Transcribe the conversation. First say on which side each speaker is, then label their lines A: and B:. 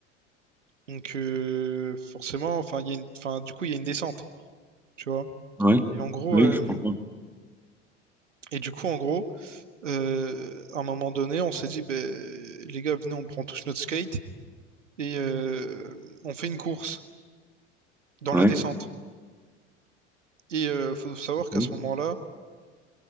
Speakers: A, on the right (about 80°); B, in the centre.
A: Donc, euh, forcément, enfin, il y a une- enfin, du coup, il y a une descente, tu vois.
B: Ouais.
A: Et en gros,
B: Oui,
A: euh,
B: je comprends.
A: et du coup, en gros, euh, à un moment donné, on s'est dit, ben, les gars, venez, on prend tous notre skate et euh, on fait une course dans
B: Ouais.
A: la descente. Et euh, faut savoir qu'à
B: Oui,
A: ce moment-là,